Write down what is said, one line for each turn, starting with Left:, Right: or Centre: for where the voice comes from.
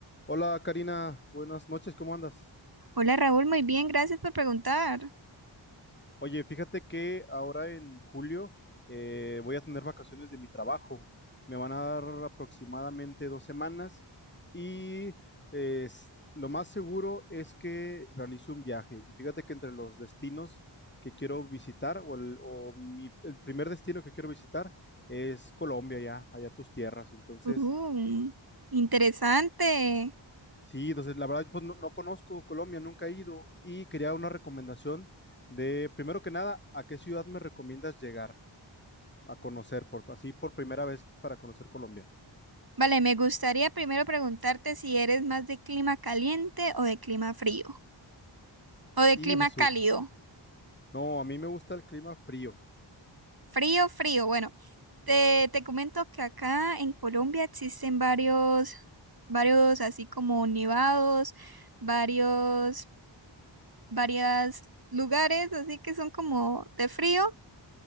Left: Hola Karina, buenas noches, ¿cómo andas?
Right: Hola Raúl, muy bien, gracias por preguntar.
Left: Oye, fíjate que ahora en julio eh, voy a tener vacaciones de mi trabajo. Me van a dar aproximadamente dos semanas y eh, s- lo más seguro es que realice un viaje. Y fíjate que entre los destinos que quiero visitar o, el, o mi- el primer destino que quiero visitar es Colombia, ya, allá tus tierras. Entonces,
Right: Uh, interesante.
Left: Sí, entonces la verdad pues, no, no conozco Colombia, nunca he ido y quería una recomendación de, primero que nada, ¿a qué ciudad me recomiendas llegar a conocer por así por primera vez para conocer Colombia?
Right: Vale, me gustaría primero preguntarte si eres más de clima caliente o de clima frío, o de
Left: Y
Right: clima
Left: Jesús,
Right: cálido.
Left: no, a mí me gusta el clima frío,
Right: Frío, frío. Bueno, te, te comento que acá en Colombia existen varios, varios así como nevados, varios, varias lugares, así que son como de frío.